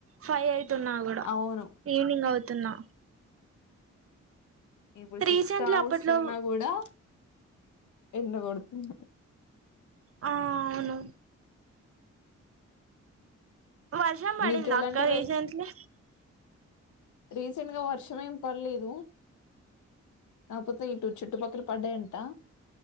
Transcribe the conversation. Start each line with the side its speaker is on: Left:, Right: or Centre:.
Right: ఫైవ్ అయితున్నా కూడా
Left: అవును
Right: ఈవినింగ్ అవుతున్నా
Left: ఇప్పుడు
Right: రీసెంట్లీ
Left: సిక్స్ కా
Right: అప్పట్లో
Left: వస్తున్నా కూడా ఎండ కొడుతున్
Right: ఆ అవును వర్షం మంది
Left: మీకు ఎలాంటి
Right: అక్క
Left: వే
Right: రీసెంట్లీ
Left: రీసెంట్ గా వర్షం ఏం పడ్లేదు కాకపోతే ఇటు చుట్టుపక్కల పడ్డాయంట